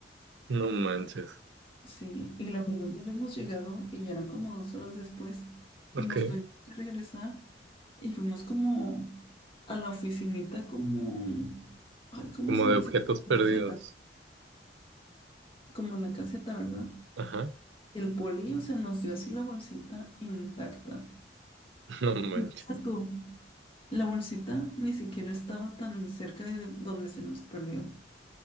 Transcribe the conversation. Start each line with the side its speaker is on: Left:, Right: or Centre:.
Right: no manches.
Left: Sí, y la verdad ya habíamos llegado y ya eran como dos horas después
Right: Ok,
Left: y nos tuvimos que regresar y fuimos como a la oficinita como, ay, ¿cómo
Right: como
Left: se
Right: de
Left: dice?
Right: objetos
Left: Como
Right: perdidos.
Left: la caseta, como la caseta, ¿verdad?
Right: Ajá,
Left: Y el polillo se nos dio así la bolsita intacta.
Right: <laughs> no manches.
Left: Y deja tú, la bolsita ni siquiera estaba tan cerca de donde se nos perdió.